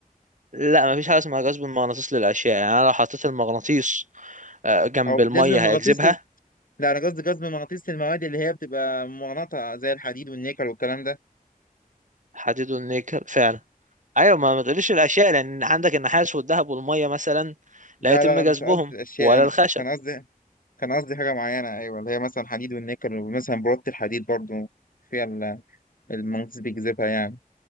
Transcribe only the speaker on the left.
أو
جذب المغناطيس
لل... لا أنا قصدي جذب المغناطيس للمواد اللي هي بتبقى مغناطة زي الحديد والنيكل والكلام ده
لا
لا
لا مش قصدي الأشياء
أنا
كان قصدي كان قصدي حاجة معينة أيوة اللي هي مثلا حديد والنيكل ومثلا برودة الحديد برضو فيها ال- المغناطيس بيجذبها يعني